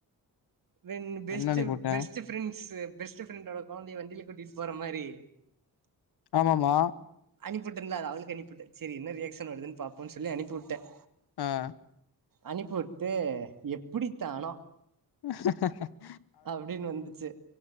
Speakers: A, on the right; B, on the left.
A: வென் பெஸ்ட்
B: என்ன அன்னைக்கு போட்டே
A: பெஸ்ட் ப்ரண்ட் பெஸ்ட்ப்ரெண்ட்ட குழந்த வண்டியில கூட்டிட்டு அப்பற மாரி
B: ஆமாம்மா
A: அனுப்பிவிட்டேன் அவளுக்கு அனுப்பிட்டன் செரி என்ன ரியாக் ஷன் வருதுன்னு பாப்போன்னு சொல்லி அனுப்பி விட்டன்
B: ம்
A: அனுப்பிவிட்டு எப்டித்தானோ
B: <inaudible>
A: அப்டின்னு வந்துச்சு